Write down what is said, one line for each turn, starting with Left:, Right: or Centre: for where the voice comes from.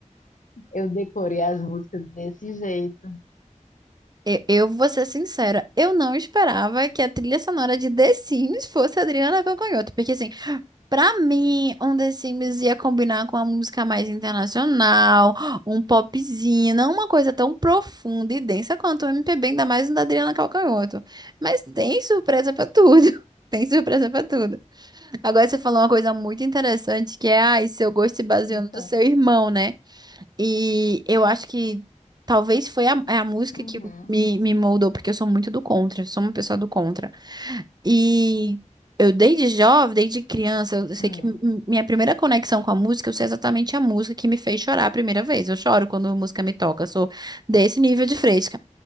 Left: eu decorei as músicas desse jeito.
Right: Eu, eu vou ser sincera, eu não esperava que a trilha sonora de The Sims fosse Adriana Calcanhoto, porque assim, pra mim, um The Sims ia combinar com uma música mais internacional, um popzinho, não uma coisa tão profunda e densa quanto o MPB, ainda mais um da Adriana Calcanhoto. Mas tem surpresa pra tudo. <laughs> Tem surpresa pra tudo. Agora você falou uma coisa muito interessante que é, ai, seu gosto se baseou
Left: Então,
Right: no do seu irmão, né? E eu acho que talvez foi a, é a música
Left: Uhum.
Right: que me, me moldou, porque eu sou muito do contra, eu sou uma pessoa do contra. E eu desde jovem, desde criança, eu sei
Left: hum.
Right: que m- minha primeira conexão com a música, eu sei exatamente a música que me fez chorar a primeira vez. Eu choro quando a música me toca, eu sou desse nível de fresca.